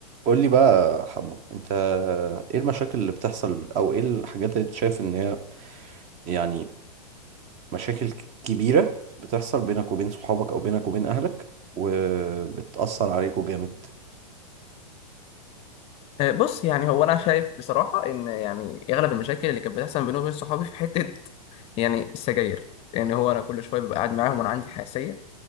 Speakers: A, on the right; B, on the left.
A: قول لي بقى يا حمو انت ايه المشاكل اللي بتحصل او ايه الحاجات اللي انت شايف ان هي يعني مشاكل ك- كبيرة بتحصل بينك وبين صحابك او بينك وبين اهلك وبتأثر عليكوا جامد
B: آه، بص يعني هو انا شايف بصراحه ان يعني اغلب المشاكل اللي كانت بتحصل بيني وبين صحابي في حته يعني السجاير يعني هو انا كل شويه ببقى قاعد معاهم وانا عندي حساسيه